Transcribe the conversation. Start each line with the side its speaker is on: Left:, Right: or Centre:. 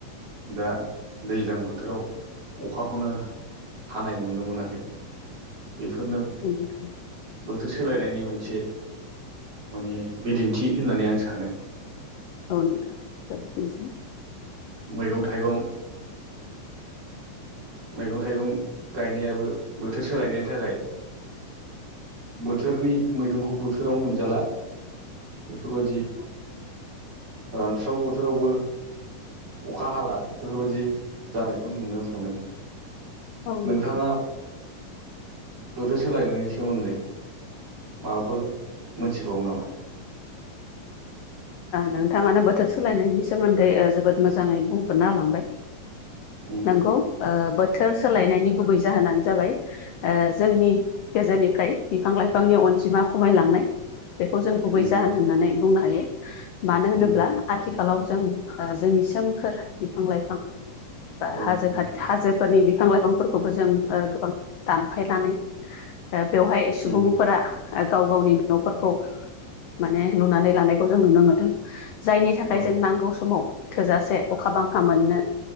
Right: दा दैज्लां बोथोराव अखाखौनो हानाय नुनो मोनाखै। बेफोरनोओ
Left: औ नोंथां।
Right: बोथोर सोलायनायनि मोनसे माने बिदिन्थि होननानै आं सानो
Left: औ नोंथां दा बिदिनोसै
Right: मैगं-थाइगं मैगं-थाइगं गायनायाबो बोथोर सोलायनायनि थाखाय। बोथोरनि मैगंखौ बोथोराव मोनजाला बेफोरबादि रानस्राव बोथोरावबो अखा हाला बेफोरबायदि जानायखौ नुनो थांदों
Left: औ
Right: नोंथाङा
Left: नोंथां
Right: बोथोर सोलायनायनि सोमोन्दै माबाफोर मोनथिबावो नामा
Left: नोंथाङानो बोथोर सोलायनायनि सोमोन्दै ओ जोबोद मोजाङै बुंफुरना होलांबाय
Right: उम
Left: नंगौ ओ बोथोर सोलायनायनि गुबै जाहोनानो जाबाय ओ जोंनि गेजेरनिफ्राय बिफां लाइफांनि अनजिमा खमायलांनाय बेखौ जों
Right: उम
Left: गुबै जाहोन होननानै बुंनो हायो मानो होनोब्ला
Right: उम
Left: आथिखाल खालाव जों जोंनि सोमखोर बिफां लाइफां बा
Right: औ
Left: हाजो
Right: नोंथां
Left: खा हाजो फोरनि बिफां लाइफांफोरखौबो जों ओ गोबां दानफायनानै ओ बेवहाय सुबुंफोरा
Right: उम
Left: गाव गावनि न'फोरखौ माने लुनानै लानायखौ जों नुनो मोनदों जायनि थाखाय
Right: औ
Left: जों नांगौ समाव थोजासे अखा बांखा मोननो